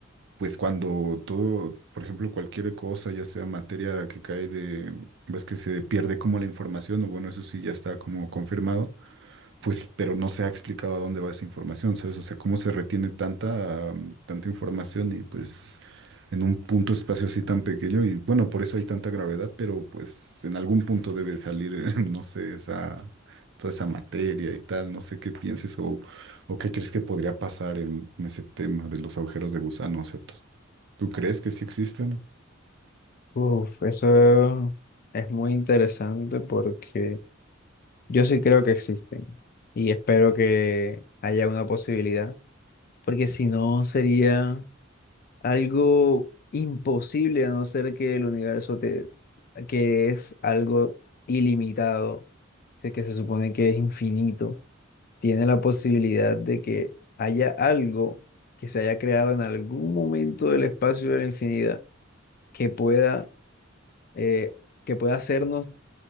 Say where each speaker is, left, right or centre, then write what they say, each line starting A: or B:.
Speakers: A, on the right (about 60°); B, on the left (about 45°).
A: pues cuando todo, por ejemplo, cualquier cosa, ya sea materia que cae de, ves que se pierde como la información, o bueno, eso sí ya está como confirmado, pues, pero no se ha explicado a dónde va esa información, ¿sabes? O sea, cómo se retiene tanta, mm, tanta información y pues en un punto espacio así tan pequeño y bueno, por eso hay tanta gravedad, pero pues en algún punto debe salir, <laughs> no sé, esa, toda esa materia y tal, no sé qué pienses o, o qué crees que podría pasar en, en ese tema de los agujeros de gusano, o sea, ¿tú, tú crees que sí existen?
B: Uf, eso es muy interesante porque Yo sí creo que existen y espero que haya una posibilidad, porque si no sería algo imposible a no ser que el universo te, que es algo ilimitado, sé que se supone que es infinito, tiene la posibilidad de que haya algo que se haya creado en algún momento del espacio de la infinidad que pueda, eh, que pueda hacernos